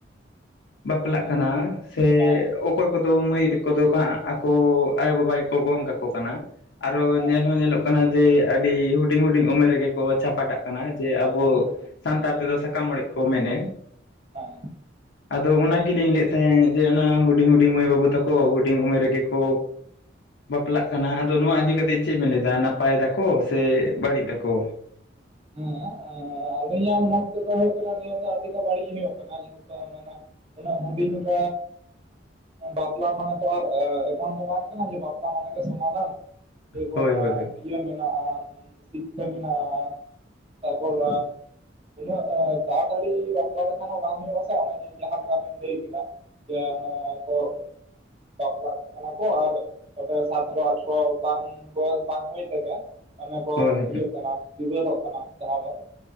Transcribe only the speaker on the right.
ᱦᱮᱸ
ᱦᱮᱸ
ᱦᱮᱸ
ᱦᱮᱸ
ᱦᱟᱸ
ᱦᱮᱸ ᱟᱹᱞᱤᱧᱟᱜ ᱢᱚᱛ ᱛᱮᱫᱚ ᱦᱩᱭᱩᱜ ᱠᱟᱱᱟ ᱱᱤᱭᱟᱹ ᱫᱚ ᱟᱹᱰᱤ ᱫᱚ ᱵᱟᱹᱲᱤᱡ ᱦᱩᱭᱩᱜᱜ ᱠᱟᱱᱟ ᱡᱮᱦᱮᱛᱩ ᱢᱮ ᱚᱱᱟ ᱦᱩᱰᱤᱧ <unintelligible> ᱵᱟᱯᱞᱟ ᱢᱟᱱᱮ ᱛᱚ ᱟᱨ ᱮᱢᱚᱱ ᱫᱚ ᱵᱟᱝ ᱠᱟᱱᱟ ᱵᱟᱯᱞᱟ ᱢᱟᱱᱮ ᱜᱮ ᱥᱚᱢᱟᱫᱷᱟᱱ ᱛᱮᱯᱚᱨ
ᱤᱭᱟᱹ ᱢᱮᱱᱟᱜᱼᱟ ᱥᱤᱠᱠᱷᱷᱟ ᱢᱮᱱᱟᱜᱼᱟ ᱛᱟᱯᱚᱨ ᱩᱱᱟᱹᱜ ᱛᱟᱲᱟᱛᱟᱲᱤ ᱵᱟᱯᱞᱟ ᱞᱮᱠᱷᱟᱱ ᱦᱚᱸ ᱵᱟᱝ ᱦᱩᱭᱩᱜ ᱟᱥᱮ ᱚᱱᱮ ᱡ ᱡᱟᱦᱟᱸᱠᱟ ᱵᱮᱱ ᱞᱟᱹᱭ ᱠᱮᱫᱟ ᱡᱮ ᱚᱱᱮ ᱠᱚ ᱵᱟᱯᱞᱟᱜ ᱠᱟᱱᱟ ᱠᱚ ᱟᱨ ᱥᱟᱚᱛᱨᱚ ᱟᱴᱷᱨᱚ ᱵᱟᱝ ᱵᱚᱭᱚᱥ ᱵᱟᱝ ᱦᱩᱭ ᱛᱮᱜᱮ ᱚᱱᱮ ᱠᱚ
ᱦᱤᱭᱟᱹᱜ ᱠᱟᱱᱟ ᱵᱤᱵᱟᱹᱫᱚᱜ ᱠᱟᱱᱟ ᱡᱟᱦᱟᱸ ᱫᱚ